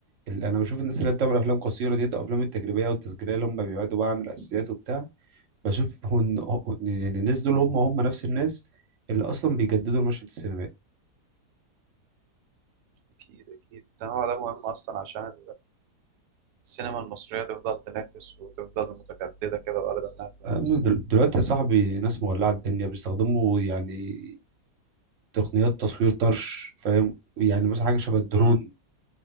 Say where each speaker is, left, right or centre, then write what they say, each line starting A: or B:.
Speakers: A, on the right; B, on the right.
A: اللي انا بشوف الناس اللي بتعمل افلام قصيره ديت او افلام التجريبيه او التسجيليه اللي هم بيبعدوا بقى عن الاساسيات وبتاع بشوف هو ان هو- إن الناس دول هم هم نفس الناس اللي اصلا بيجددوا المشهد السينمائي
B: أكيد أكيد التنوع ده مهم أصلا عشان السينما المصرية تفضل تنافس وتفضل متجددة كده وقادرة إنها تنافس
A: يا ابني دل- دلوقتي يا صاحبي ناس مولعة الدنيا بيستخدموا يعني تقنيات تصوير طرش فاهم يعني مثلا حاجة شبه الدرون
B: مم.